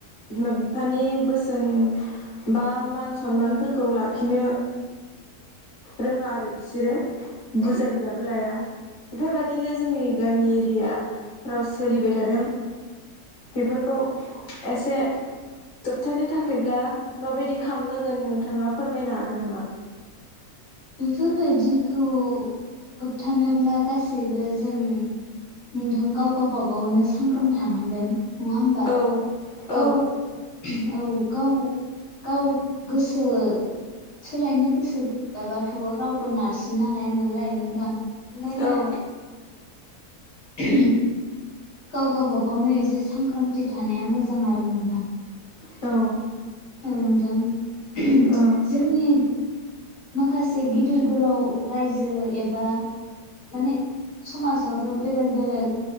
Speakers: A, on the left; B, on the left.
A: बिमा बिफानि बोसोन बा मान सनमानफोरखौ लाखिनो रोङा आरो बिसोरो। बुजायब्लाबो लाया बेफोरबायादिनो जोंनि गामि एरियाफोराव सोलिबाय थादों बेफोरखौ एसे दबथायनो थाखायब्ला माबायदि खालामनांगोन नोंथाङा फोरमायनो हागोन नामा?
B: बेफोरबायदिखौ होबथानोब्ला गासै सैबो जों नोंथां गाव गावबागावनो सांग्रां थानांगोन। नङा होमबा
A: औ
B: गाव
A: औ
B: औ गाव गाव गोसो सोलायनो गोसो गैयाबाथ' रावबो नारसिननो हाया नालाय नोंथां ओंखायनो
A: औ
B: उ गाव गावबागावनो एसे सांग्रांथि थानाया मोजां आरो नोंथां
A: औ
B: औ नोंथां
A: औ
B: जोंनि माखासे गिदिर गोलाव रायजो एबा माने समाजावथ' बेलेग बेलेग